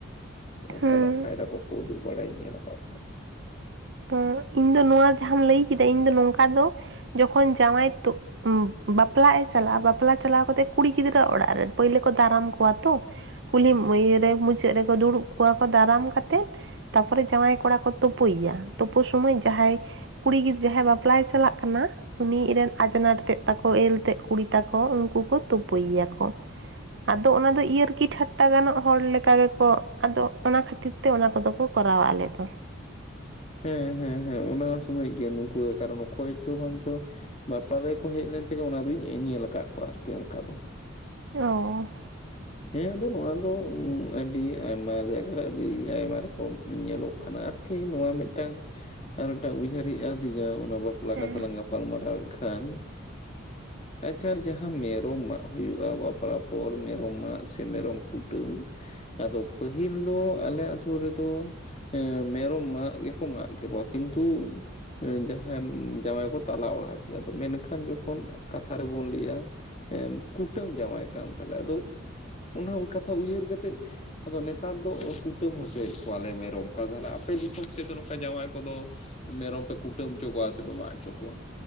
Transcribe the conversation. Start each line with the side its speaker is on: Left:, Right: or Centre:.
Left: ᱚᱝᱠᱟᱱᱟᱜ
Right: ᱦᱩᱸ
Left: ᱠᱟᱭᱫᱟ ᱠᱚᱠᱚ ᱩᱫᱩᱜ ᱵᱟᱲᱟᱧ ᱧᱮᱞ ᱠᱟᱫ ᱠᱚᱣᱟ᱾
Right: ᱚᱸ ᱤᱧ ᱫᱚ ᱱᱚᱣᱟ ᱡᱟᱦᱟᱸᱢ ᱞᱟᱹᱭ ᱠᱮᱫᱟ ᱤᱧ ᱫᱚ ᱱᱚᱝᱠᱟ ᱫᱚ ᱡᱚᱠᱷᱚᱱ ᱡᱟᱶᱟᱭ ᱛᱳ ᱩ ᱵᱟᱯᱞᱟᱜ ᱮ ᱪᱟᱞᱟᱜ-ᱟ ᱵᱟᱯᱞᱟ ᱪᱟᱞᱟᱣ ᱠᱟᱛᱮᱜ ᱠᱩᱲᱤ ᱜᱤᱫᱽᱨᱟᱹ ᱚᱲᱟᱜ ᱨᱮ ᱯᱟᱹᱭᱞᱟᱹ ᱠᱚ ᱫᱟᱨᱟᱢ ᱠᱚᱣᱟ ᱛᱚ, ᱠᱩᱞᱦᱤ ᱢᱟᱹᱭᱟᱹ ᱨᱮ ᱢᱩᱪᱟᱹᱜ ᱨᱮᱠᱚ ᱫᱩᱲᱩᱵ ᱠᱚᱣᱟ ᱠᱚ ᱫᱟᱨᱟᱢ ᱠᱟᱛᱮᱫ ᱛᱟᱯᱚᱨᱮ ᱡᱟᱸᱶᱟᱭ ᱠᱚᱲᱟ ᱠᱚ ᱛᱳᱯᱳᱭ ᱭᱟ ᱛᱳᱯᱳ ᱥᱚᱢᱚᱭ ᱡᱟᱦᱟᱸᱭ ᱠᱩᱲᱤ ᱜᱤᱫ ᱡᱟᱦᱟᱸᱭ ᱵᱟᱯᱞᱟᱭ ᱪᱟᱞᱟᱜ ᱠᱟᱱᱟ, ᱩᱱᱤ ᱨᱮᱱ ᱟᱡᱱᱟᱨ ᱛᱮᱫ ᱛᱟᱠᱚ ᱮᱨᱮᱞ ᱛᱮᱫ ᱠᱩᱲᱤ ᱛᱟᱠᱚ ᱩᱝᱠᱩ ᱠᱚ ᱛᱳᱯᱳᱭ ᱭᱟᱠᱚ᱾ ᱟᱫᱚ ᱚᱱᱟ ᱫᱚ ᱤᱭᱟᱹᱨᱠᱤ ᱴᱷᱟᱴᱴᱟ ᱜᱟᱱᱚᱜ ᱦᱚᱲ ᱞᱮᱠᱟ ᱜᱮᱠᱚ ᱟᱫᱚ ᱚᱱᱟ ᱠᱷᱟᱹᱛᱤ ᱛᱮ ᱚᱱᱟ ᱠᱚᱫᱚ ᱠᱚ ᱠᱚᱨᱟᱣᱟ ᱟᱞᱮ ᱫᱚ᱾
Left: ᱦᱮᱸ ᱦᱮᱸ ᱦᱮᱸ ᱚᱱᱟ ᱥᱩᱢᱚᱭ ᱜᱮ ᱱᱩᱠᱩ ᱜᱮ ᱠᱟᱨᱚᱱ ᱚᱠᱚᱭ ᱪᱚ ᱵᱟᱧᱪᱚ ᱵᱟᱯᱞᱟ ᱨᱮ ᱠᱚ ᱦᱮᱡ ᱞᱮᱱ ᱛᱮᱜᱮ ᱚᱱᱟ ᱫᱩᱧ ᱤᱧ ᱧᱮᱞ ᱠᱟᱜ ᱠᱚᱣᱟ ᱟᱨᱠᱤ ᱚᱝᱠᱟ ᱫᱚ᱾
Right: ᱚᱸ
Left: ᱦᱮᱸ ᱟᱫᱚ ᱱᱚᱣᱟ ᱫᱚ ᱟᱹᱰᱤ ᱟᱭᱢᱟ ᱡᱟᱭᱜᱟ ᱨᱮ ᱟᱹᱰᱤ ᱟᱭᱢᱟ ᱨᱚᱠᱚᱢ ᱧᱮᱞᱚᱜ ᱠᱟᱱᱟ ᱟᱨᱠᱤ ᱱᱚᱣᱟ ᱢᱤᱜᱴᱟᱝ ᱟᱨ ᱢᱤᱜᱴᱟᱝ ᱩᱭᱦᱟᱹᱨ ᱦᱮᱡ ᱟᱹᱫᱤᱧᱟ ᱚᱱᱟ ᱵᱟᱯᱞᱟ
Right: ᱦᱮᱸ
Left: ᱠᱟᱛᱷᱟ ᱞᱟᱝ ᱜᱟᱯᱟ ᱯᱟᱞᱢᱟᱨᱟᱣᱮᱜ ᱠᱷᱟᱱ, ᱟᱪᱪᱷᱟ ᱡᱟᱦᱟᱸ ᱢᱮᱨᱚᱢ ᱢᱟᱜ ᱦᱩᱭᱩᱜ-ᱟ ᱵᱟᱯᱞᱟ ᱯᱚᱨ ᱢᱮᱨᱚᱢ ᱢᱟᱜ ᱥᱮ ᱢᱮᱨᱚᱢ ᱠᱩᱴᱟᱹᱢ ᱟᱫᱚ ᱯᱟᱹᱦᱤᱞ ᱫᱚ ᱟᱞᱮ ᱟᱛᱩ ᱨᱮᱫᱚ ᱮᱸ ᱢᱮᱨᱚᱢ ᱢᱟᱜ ᱜᱮᱠᱚ ᱢᱟᱜ ᱠᱮᱠᱚᱣᱟ ᱠᱤᱱᱛᱩ ᱮᱸ ᱡᱟᱦᱟᱸᱢ ᱡᱟᱶᱟᱭ ᱠᱚ ᱛᱟᱞᱟ ᱚᱲᱟᱜ ᱠᱮᱭᱟ ᱛᱚ ᱢᱮᱱᱠᱷᱟᱱ ᱡᱚᱠᱷᱚᱱ ᱠᱟᱛᱷᱟ ᱨᱮ ᱵᱚᱱ ᱞᱟᱹᱭᱟ ᱮᱢ ᱠᱩᱴᱟᱹᱢ ᱡᱟᱶᱟᱭ ᱠᱟᱱ ᱛᱟᱞᱮᱭᱟ ᱟᱫᱚ ᱚᱱᱟ ᱩ ᱠᱟᱛᱷᱟ ᱩᱭᱦᱟᱹᱨ ᱠᱟᱛᱮᱫ ᱟᱫᱚ ᱱᱮᱛᱟᱨ ᱫᱚ ᱠᱩᱴᱟᱹᱢ ᱦᱚᱪᱚᱭᱮᱜ ᱠᱚᱣᱟᱞᱮ ᱢᱮᱨᱚᱢ ᱠᱟ ᱛᱟᱦᱞᱮ ᱟᱯᱮ ᱫᱤᱥᱚᱢ ᱥᱮᱫ ᱫᱚ ᱱᱚᱠᱟ ᱡᱟᱶᱟᱭ ᱠᱚᱫᱚ ᱢᱮᱨᱚᱢ ᱯᱮ ᱠᱩᱴᱟᱹᱢ ᱪᱚ ᱠᱚᱣᱟ ᱥᱮᱯᱮ ᱢᱟᱜ ᱪᱚ ᱠᱚᱣᱟ?